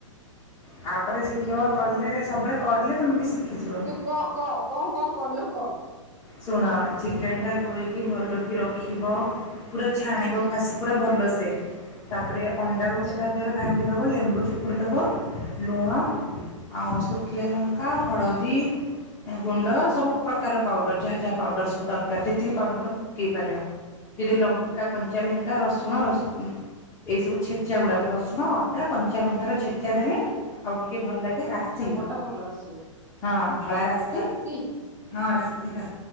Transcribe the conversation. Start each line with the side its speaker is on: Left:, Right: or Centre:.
Left: ତାପରେ ଶି୍ଖିବ କଲେ ସବୁବେଳେ କରିଲେ ତୁମେ ବି ଶିଖିଯିବ
Right: ତୁ କହ କହ କଣ କଣ କଲୁ କହ?
Left: ଶୁଣା ଚିକେନ ଟା ଧୋଇକି ଭଲ ରଖିବ ପୁରା ଛାଣିବ
Right: ହୁଁ
Left: ଫାଷ୍ଟ ପୁରା ଭଲସେ ତାପରେ ଅଣ୍ଡା ଗୋଟେ
Right: ଆଛା
Left: ତା ଦେହରେ ଭାଙ୍ଗିଦବ ଲେମ୍ବୁ ଚିପୁଡ଼ି ଦେବ ଲୁଣ
Right: ହୁଁ
Left: ଆଉ ଶୁଖିଲା ଲଙ୍କା, ହଳଦୀ ଗୁଣ୍ଡ ସବୁ ପ୍ରକାର ପାଉଡ଼ର। ଯାହା ଯାହା ପାଉଡର ସବୁ ଦରକାର ଯେତିକି ପାଉଡର ତମେ ପକେଇ ପାରିବ ଯଦି ଲଙ୍କା
Right: ହୁଁ
Left: କଞ୍ଚା ଲ ଅଦା, ରସୁଣ ରସ। ଏଇ ସବୁ ଛେଚା ଗୁଡାକ ରସୁଣ, ଅଦା, କଞ୍ଚା ଲଙ୍କାର ଛେଚା ଦେଲେ ଆଉ ଟିକେ ଭଲ ଲାଗେ। ରାତି
Right: ସେପଟା ଭଲ ଆସିବ
Left: ହଁ ଧଳା ରାସି
Right: ରାଶି
Left: ହଁ ରା ରା